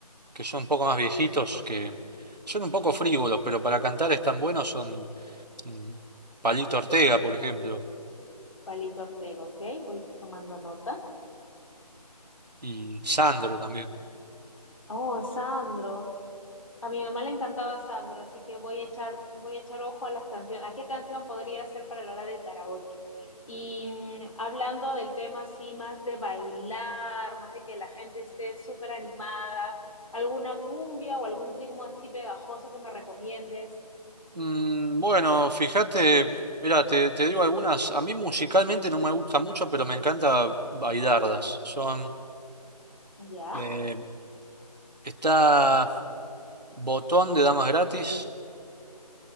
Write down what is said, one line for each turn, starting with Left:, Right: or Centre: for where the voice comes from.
Right: que son un poco más viejitos, que son un poco frívolos, pero para cantar están buenos, son mm, Palito Ortega, por ejemplo,
Left: Palito Ortega, ¿ok? Voy tomando nota.
Right: y Sandro también.
Left: Oh, Sandro. A mi mamá le encantaba Sandro, así que voy a echar, voy a echar ojo a las canciones, a qué canción podría ser para la hora del karaoke. Y mm, hablando del tema así, más de bailar, más de que la gente esté súper animada, alguna cumbia o algún ritmo así pegajoso que me recomiendes.
Right: Mm, bueno, fíjate, mira, te, te digo algunas. A mí musicalmente no me gusta mucho, pero me encanta bailarlas. Son,
Left: ¿Ya?
Right: eh, está Botón de Damas Gratis.